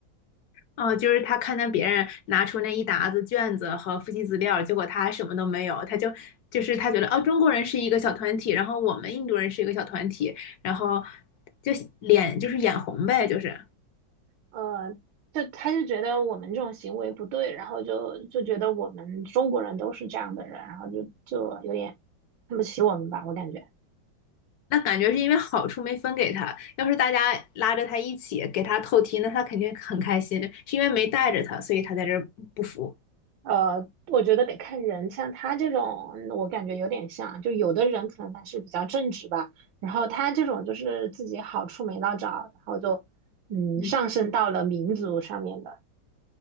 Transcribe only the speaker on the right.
呃，就他就觉得我们这种行为不对，然后就就觉得我们中国人都是这样的人，然后就就有点看不起我们吧，我感觉。
呃，我觉得得看人，像他这种，嗯我感觉有点像，就有的人可能他是比较正直吧，然后他这种就是自己好处没捞着，然后就嗯上升到了民族上面的。